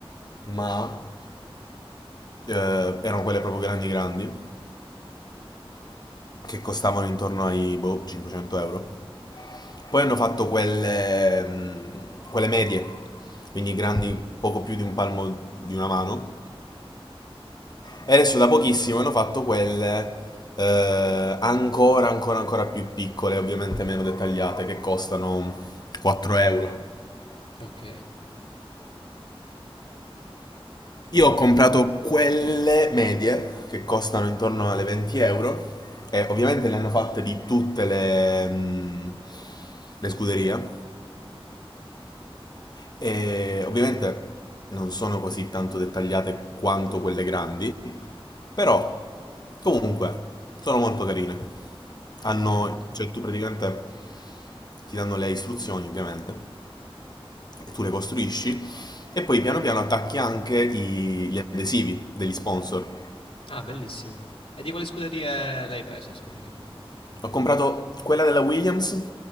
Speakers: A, on the left (about 45°); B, on the left (about 75°).
A: ma eh, erano quelle proprio grandi grandi, che costavano intorno ai boh, 500 euro. Poi hanno fatto quelle, mh, quelle medie, quindi grandi poco più di un palmo di una mano. E adesso da pochissimo hanno fatto quelle eh, ancora, ancora, ancora più piccole, ovviamente meno dettagliate, che costano 4 euro.
B: ok,
A: Io ho comprato quelle medie che costano intorno alle 20 euro e ovviamente le hanno fatte di tutte le, mm, le scuderie e ovviamente non sono così tanto dettagliate quanto quelle grandi, però comunque sono molto carine.
B: ok,
A: Hanno,
B: ok.
A: cioè tu praticamente ti danno le istruzioni ovviamente e tu le costruisci e poi piano piano attacchi anche i- gli adesivi degli sponsor.
B: Ah, bellissimo. E di quale scuderie l'hai preso quindi?
A: Ho comprato quella della Williams